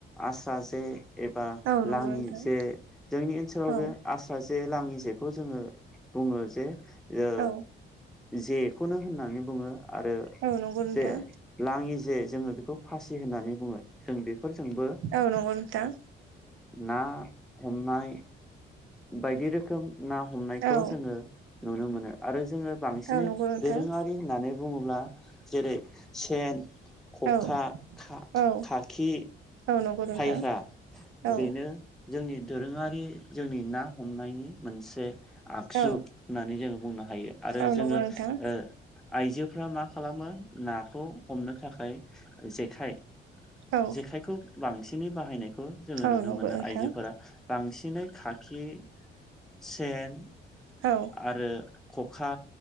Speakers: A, in the centre; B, on the right.
A: आस्रा जे एबा
B: औ नंगौ
A: लाङि
B: नोंथां
A: जे जोंनि ओनसोलाव
B: औ
A: बे आस्रा जे लाङि जेखौ जोङो बुङो जे ओ
B: औ
A: जेखौनो होननानै बुङो आरो
B: औ नंगौ नोंथां
A: जे लाङि जे जोङो बेखौ फासि होननानै बुङो जों बेफोरजोंबो
B: औ नंगौ नोंथां
A: ना हमनाय बायदि रोखोम ना हमनायखौ
B: औ
A: जोङो नुनो मोनो आरो जोङो बांसिनै
B: औ नंगौ नोंथां
A: दोरोङारि होननानै बुङोब्ला जेरै सेन खखा
B: औ औ
A: खाखि
B: औ नंगौ नोंथां
A: फायह्रा
B: औ
A: बेनो जोंनि दोरोङारि जोंनि ना हमनायनि मोनसे आगजु
B: औ
A: होननानै जोङो बुंनो हायो आरो
B: औ
A: जोङो
B: नंगौ नोंथां
A: ओ आइजोफ्रा मा खालामो नाखौ हमनो थाखाय जेखाइ
B: औ
A: जेखायखौ बांसिनै बाहायनायखौ जोङो
B: औ
A: नुनो
B: नंगौ
A: मोनो
B: नोंथां
A: आइजोफोरा बांसिनै खाखि सेन
B: औ
A: आरो खखा